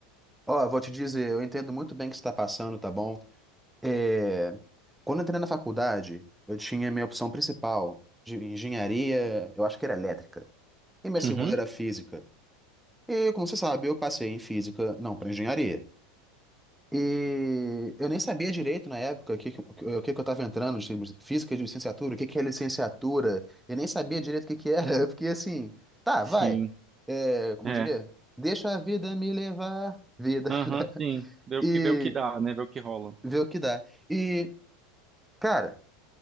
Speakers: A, in the centre; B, on the right (about 20°).
A: Ó, eu vou te dizer, eu entendo muito bem o que você está passando, tá bom? É, Quando eu entrei na faculdade, eu tinha minha opção principal de engenharia, eu acho que era elétrica, e minha segunda
B: Uhum.
A: era física. E, como você sabe, eu passei em física, não, para engenharia. E eu nem sabia direito na época o que, que- o que, que eu estava entrando, de termos- física de licenciatura, o que, que é licenciatura, eu nem sabia direito o que, que era. <laughs> Eu fiquei assim, tá,
B: Sim,
A: vai. É, como
B: é.
A: eu diria? Deixa a vida me levar, vida,
B: Aham,
A: <laughs> né?
B: sim. Vê o
A: E
B: que, vê o que dá, né? Vê o que rola.
A: ver o que dá. E, cara,